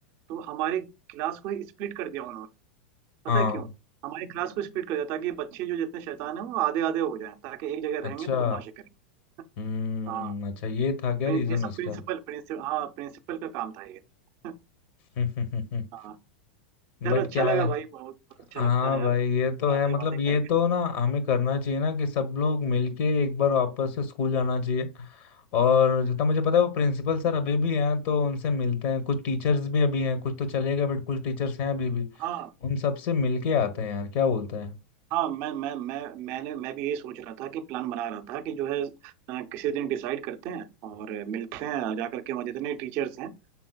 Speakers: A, on the right; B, on the left.
A: तो हमारी क्लास को ही स्प्लिट कर दिया उन्होंने पता
B: हाँ
A: है क्यों हमारी क्लास को स्प्लिट कर दिया ताकि बच्चे जो जितने शैतान हैं वो आधे आधे हो जाएं ताकि एक जगह
B: अच्छा
A: रहेंगे तो बदमाशी करेंगे
B: हम्म
A: हाँ
B: अच्छा ये था क्या
A: प्रिं-
B: रीजन
A: ये सब
B: उसका
A: प्रिंसिपल प्रिंसिपल हाँ प्रिंसिपल का काम था ये <laughs>
B: <laughs>
A: हाँ चलो
B: बट
A: अच्छा
B: क्या
A: लगा
B: है
A: भाई बहुत बहुत अच्छा
B: हाँ
A: लगता है
B: भाई
A: अब
B: ये तो
A: बातें
B: है मतलब
A: बातें करके
B: ये तो ना हमें करना चाहिए ना कि सब लोग मिलके एक बार वापस से स्कूल जाना चाहिए और जितना मुझे पता है वो प्रिंसिपल सर अभी भी हैं तो उनसे मिलते हैं कुछ टीचर्स भी अभी हैं कुछ तो चले गए बट कुछ टीचर्स हैं अभी भी
A: हाँ
B: उन सबसे मिलके आते हैं यार क्या बोलते हैं
A: हाँ मैं मैं मैं मैंने मैं भी यही सोच रहा था कि प्लान बना रहा था कि जो है अ, किसी दिन डिसाइड करते हैं और मिलते हैं जा करके वहाँ जितने टीचर्स हैं अ,